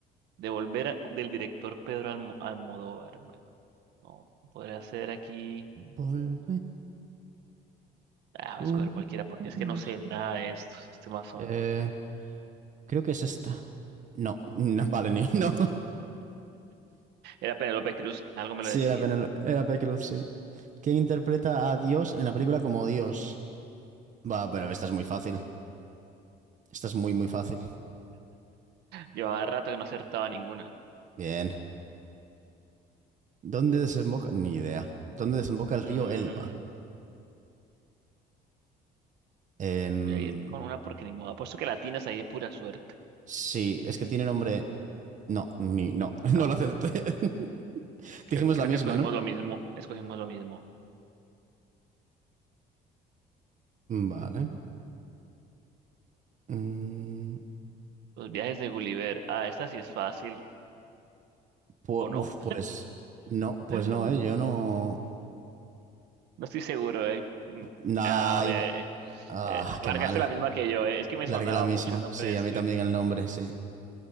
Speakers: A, on the right; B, on the right.
A: Devolver del director Pedro Almo- Almodóvar. Bueno, no, podría ser aquí.
B: Volver
A: Ah,
B: con
A: va a escoger cualquiera porque es
B: los...
A: que no sé nada de estos. Estos temas son.
B: Eh, creo que es esta. No, <laughs> no, vale, ni... No.
A: Era Penélope Cruz, algo me
B: Sí,
A: lo decía.
B: era Penélope, era Penélope Cruz, sí. ¿Quién interpreta a Dios en la película como Dios? Va, pero esta es muy fácil. Esta es muy, muy fácil.
A: Llevaba rato que no acertaba ninguna.
B: Bien. ¿Dónde desemboca? Ni idea. ¿Dónde desemboca el río
A: Mm,
B: Elba? Em,
A: voy a ir con una porque ni modo. Apuesto que latinas ahí de pura suerte.
B: sí, es que tiene nombre. No, ni. No, <laughs>
A: No,
B: no lo acepté. <laughs>
A: creo,
B: Dijimos
A: creo
B: la misma,
A: que escogimos
B: ¿no?
A: lo mismo. Escogimos lo mismo.
B: Vale. Mm,
A: Los viajes de Gulliver. Ah, esta sí es fácil.
B: pu-
A: ¿O no?
B: uf, pues. No, pues
A: <laughs>
B: no, ¿eh? Yo no.
A: No estoy seguro, eh. Mm,
B: Nah,
A: A ver,
B: iba-
A: eh, eh,
B: Ah,
A: eh,
B: qué
A: marcaste
B: mal.
A: la misma que yo, eh. Es que me
B: Largué
A: sonaba
B: la misma.
A: mucho el nombre
B: Sí,
A: de
B: a
A: Swift.
B: mí también el nombre, sí.